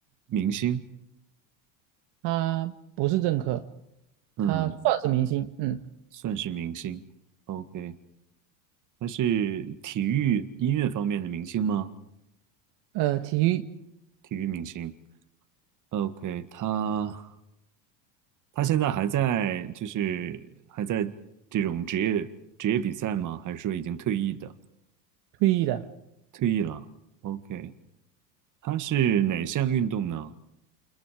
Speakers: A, on the right (about 35°); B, on the right (about 55°).
A: 明星？
B: 他不是政客，
A: 嗯，
B: 他算是明星，嗯，
A: 算是明星。OK，他是体育音乐方面的明星吗？
B: 呃，体育
A: 体育明星。OK，他他现在还在，就是还在这种职业职业比赛吗？还是说已经退役的？
B: 退役的，
A: 退役了。OK，他是哪项运动呢？